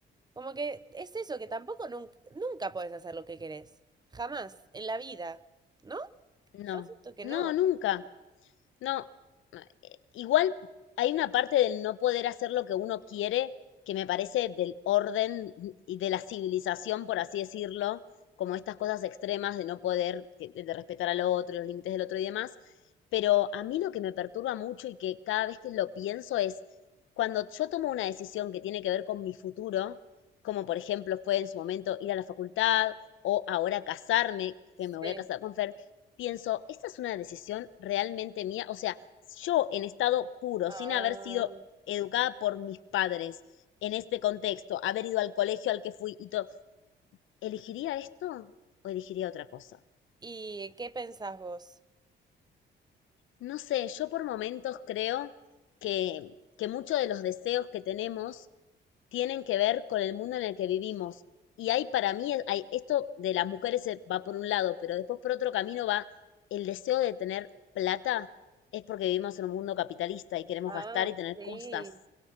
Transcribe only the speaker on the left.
no,
no,
nunca. No, no, eh, igual hay una parte del no poder hacer lo que uno quiere que me parece del orden y de la civilización, por así decirlo, como estas cosas extremas de no poder, que- de, de respetar al otro, y los límites del otro y demás. Pero a mí lo que me perturba mucho y que cada vez que lo pienso es cuando yo tomo una decisión que tiene que ver con mi futuro, como por ejemplo fue en su momento ir a la facultad o ahora casarme,
que me voy a casar con Fer, pienso, ¿esta es una decisión realmente mía? O sea, yo en estado puro,
sin haber sido educada por mis padres en este contexto, haber ido al colegio al que fui y todo, ¿elegiría esto o elegiría otra cosa?
No sé, yo por momentos creo que, que muchos de los deseos que tenemos tienen que ver con el mundo en el que vivimos. Y hay para mí, hay, esto de las mujeres va por un lado, pero después por otro camino va el deseo de tener plata, es porque vivimos en un mundo capitalista y queremos
gastar y tener
cosas.